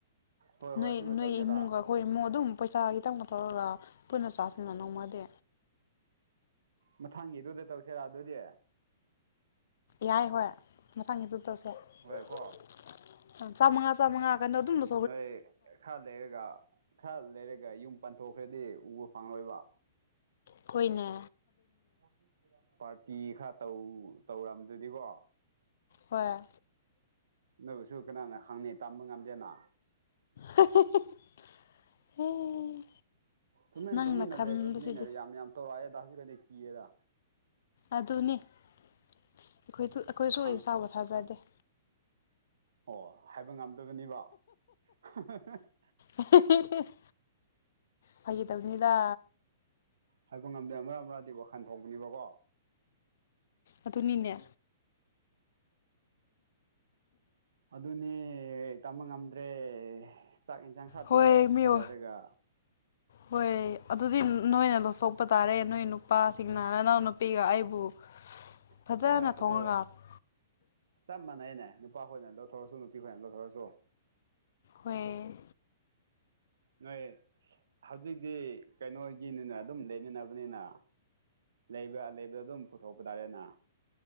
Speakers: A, on the right; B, on the left.
A: ꯍꯣꯏ ꯍꯣꯏ
B: ꯅꯣꯏ
A: ꯑꯁꯤꯃ
B: ꯅꯣꯏ
A: ꯇꯧꯁꯦꯗ
B: ꯏꯃꯨꯡꯒ ꯈꯣꯏ ꯏꯃꯨ ꯑꯗꯨꯝ ꯄꯩꯁꯥ ꯈꯤꯇꯪ ꯄꯨꯊꯣꯔ ꯄꯨꯟꯅ ꯆꯥꯁꯤꯅ ꯅꯣꯡꯃꯗꯤ
A: ꯃꯊꯪꯒꯤꯗꯨꯗ ꯇꯧꯁꯤꯔꯥ ꯑꯗꯨꯗꯤ
B: ꯌꯥꯏ ꯍꯣꯏ ꯃꯊꯪꯒꯤꯗꯨ ꯇꯧꯁꯦ
A: ꯍꯣꯏ ꯀꯣ
B: <unintelligible> ꯆꯥꯝ ꯆꯥꯃꯉꯥ ꯆꯃꯉꯥ ꯀꯅꯣ ꯗꯨꯝꯕ
A: ꯅꯣꯏ ꯈ꯭ꯔ ꯂꯩꯔꯒ ꯈ꯭ꯔ ꯂꯩꯔꯒ ꯌꯨꯝ ꯄꯟꯊꯣꯛꯈ꯭ꯔꯗꯤ ꯎꯕ ꯐꯪꯉꯣꯏꯕ
B: ꯈꯣꯏꯅꯦ
A: <unintelligible> ꯄꯥꯔꯇꯤ ꯈꯔ ꯇꯧ ꯇꯧꯔꯝꯗ꯭ꯔꯗꯤꯀꯣ
B: ꯍꯣꯏ
A: ꯑꯗꯨꯕꯨꯁꯨ ꯀꯅꯥꯅ ꯈꯪꯅꯤ ꯇꯝꯕ ꯉꯝꯗꯦꯅ
B: <unintelligible> ꯑꯦ
A: ꯇꯨꯃꯤꯟ
B: ꯅꯪꯅ
A: ꯇꯨꯃꯤꯟꯅ
B: ꯈꯟꯕꯁꯤꯗꯤ
A: ꯂꯩꯕ ꯃꯤꯅ ꯌꯥꯝ ꯌꯥꯝ ꯇꯧꯔꯛꯑꯦꯗ ꯍꯧꯖꯤꯛꯀꯗꯤ ꯀꯤꯌꯦꯗ
B: ꯑꯗꯨꯅꯤ ꯑꯩꯈꯣꯏꯊꯨ ꯑꯩꯈꯣꯏꯁꯨ
A: ꯈꯪ
B: ꯏꯁꯥꯕꯨ ꯊꯥꯖꯗꯦ
A: ꯑꯣ ꯍꯥꯏꯕ ꯉꯝꯗꯕꯅꯤꯕ <unintelligible>
B: <unintelligible> ꯐꯥꯒꯤ ꯇꯧꯅꯤꯗ
A: ꯍꯥꯏꯕ ꯉꯝꯗꯦ ꯃꯔꯛ ꯃꯔꯛꯗꯤꯀꯣ ꯋꯥꯈꯟ ꯊꯣꯛꯄꯅꯦꯕꯀꯣ
B: ꯑꯗꯨꯅꯤꯅꯦ
A: ꯑꯗꯨꯅꯦ ꯇꯝꯕ ꯉꯝꯗ꯭ꯔꯦ ꯆꯥꯛ ꯌꯦꯟꯁꯥꯡ ꯈꯔ ꯄꯤꯖ
B: ꯍꯣꯏꯌꯦ ꯃꯤꯑꯣ
A: ꯄꯤꯖꯔꯒ
B: ꯍꯣꯏ ꯑꯗꯨꯗꯤ ꯅ ꯅꯣꯏꯅ ꯂꯧꯊꯣꯛꯄ ꯇꯥꯔꯦ ꯅꯣꯏ ꯅꯨꯄꯥꯁꯤꯡꯅ ꯅꯥꯅꯎ ꯅꯨꯄꯤꯒ ꯑꯩꯕꯨ
A: <unintelligible>
B: ꯐꯖꯅ
A: ꯍꯣꯏ
B: ꯊꯣꯡꯉꯒ
A: ꯑꯗꯨ ꯆꯞ ꯃꯥꯟꯅꯩꯅꯦ ꯅꯨꯄꯥ ꯈꯣꯏꯅ ꯂꯧꯊꯣꯛ ꯑꯁꯨ ꯅꯨꯄꯤ ꯈꯣꯏꯅ ꯂꯧꯊꯣꯛ ꯑꯁꯨ
B: ꯍꯣꯏꯌꯦ
A: ꯅꯣꯏ ꯍꯧꯖꯤꯛꯇꯤ ꯀꯩꯅꯣꯒꯤꯅꯤꯅ ꯑꯗꯨꯝ ꯂꯩꯃꯤꯟꯅꯕꯅꯤꯅ ꯂꯩꯕ ꯂꯩꯕ ꯑꯗꯨꯝ ꯄꯨꯊꯣꯛꯄ ꯇꯥꯔꯦꯅ